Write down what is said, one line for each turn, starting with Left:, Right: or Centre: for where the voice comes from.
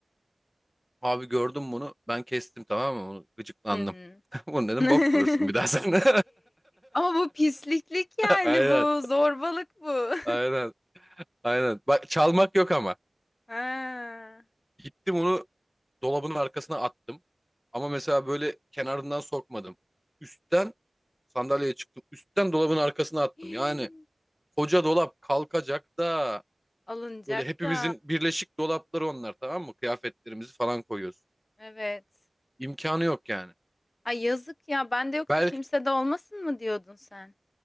Centre: Abi gördüm bunu. Ben kestim tamam mı? Onu gıcıklandım.
Left: Hı hı.
Centre: <laughs> Bunu dedim
Left: <laughs>
Centre: bok bulursun bir daha sen.
Left: Ama bu pisliklik yani
Centre: <laughs> Aynen.
Left: bu. Zorbalık bu. <laughs>
Centre: Aynen. Aynen. Bak çalmak yok ama.
Left: Ha.
Centre: Gittim onu dolabın arkasına attım. Ama mesela böyle kenarından sokmadım. Üstten sandalyeye çıktım. Üstten dolabın arkasına attım.
Left: <gasps>
Centre: Yani koca dolap kalkacak da
Left: Alınacak
Centre: böyle hepimizin
Left: da.
Centre: birleşik dolapları onlar tamam mı? Kıyafetlerimizi falan koyuyoruz.
Left: Evet.
Centre: İmkanı yok yani.
Left: Ay yazık ya. Ben de yoksa
Centre: Belki
Left: kimse de olmasın mı diyordun sen?